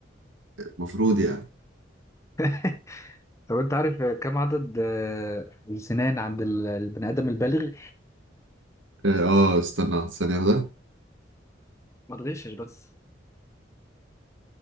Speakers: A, on the right (about 80°); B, on the left (about 15°).
A: المفروض يعني
B: <laughs> طب انت عارف كم عدد آه، السنان عند ال- البني ادم البالغ؟
A: اه آه، استنى ثانيه واحده
B: ما تغشش بس